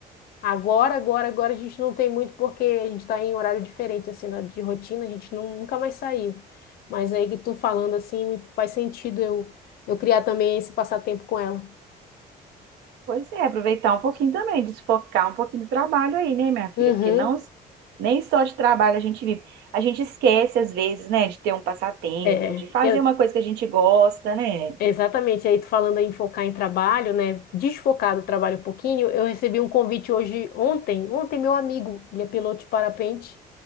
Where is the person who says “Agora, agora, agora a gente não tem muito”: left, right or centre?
Left